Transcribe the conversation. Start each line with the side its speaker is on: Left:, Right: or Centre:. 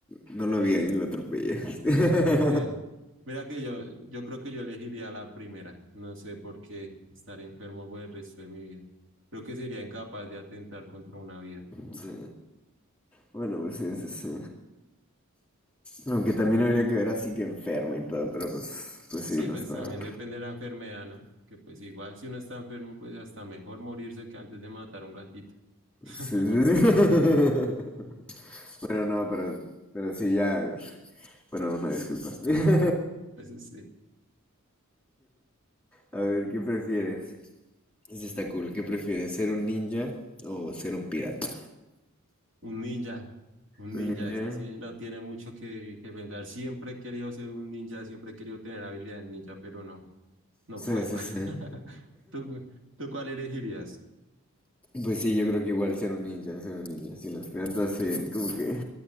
Centre: no lo vi ahí, lo atropellé. <laughs>
Right: Sí. Mira que yo, yo creo que yo elegiría la primera. No sé por qué estar enfermo por el resto de mi vida. Creo que sería incapaz de atentar contra una vida.
Centre: Sí, Bueno, pues sí, sí, sí. Aunque también habría que ver así que enfermo y todo, pero pues, pues sí,
Right: Sí,
Centre: no
Right: pues
Centre: está.
Right: también
Centre: Ajá,
Right: depende de la enfermedad, ¿no? Que pues igual si uno está enfermo, pues hasta mejor morirse que antes de matar a un gatito. <laughs>
Centre: Sí, sí, sí. <laughs> Bueno, no, pero, pero sí, ya. Bueno, una disculpa. <laughs>
Right: Sí.
Centre: A ver, ¿qué prefieres? Eso está cool. ¿Qué prefieres, ser un ninja o ser un pirata?
Right: Un ninja, un
Centre: Un
Right: ninja,
Centre: ninja.
Right: ese sí no tiene mucho que, que pensar. Siempre he querido ser un ninja, siempre he querido tener habilidad de ninja, pero no, no
Centre: Sí,
Right: puedo.
Centre: sí,
Right: <laughs>
Centre: sí.
Right: ¿Tú, tú cuál elegirías?
Centre: Pues sí, yo creo que igual ser un ninja, ser un ninja. Sí, los piratas sí, como que...